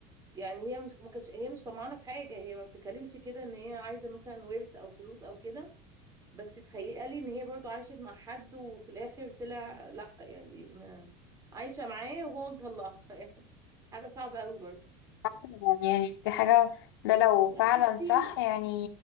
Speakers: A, on the right (about 30°); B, on the left (about 80°).
A: يعني هي مش ما كانتش هي مش طمعانة في حاجة هي ما بتتكلمش كده ان هي عايزة مثلا ورث او فلوس او كده بس تخيلي ان هي برضو عاشت مع حد وفي الاخر طلع لا يعني ما عايشة معاه وهو مطلقها <laughs> حاجة صعبة قوي برضو
B: يعني يعني دي حاجه ده لو
A: لا
B: فعلا
A: بصي
B: صح يعني